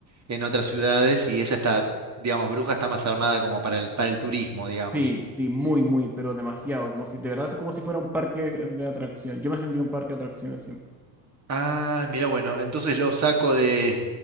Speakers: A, on the right (about 35°); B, in the centre.
A: en otras ciudades y esa está, digamos, Bruja está más armada como para el, para el turismo, digamos.
B: Sí, sí, muy, muy, pero demasiado, como si, de verdad, es como si fuera un parque de atracción. Yo me sentí un parque de atracciones siempre.
A: Ah, mira, bueno, entonces lo saco de,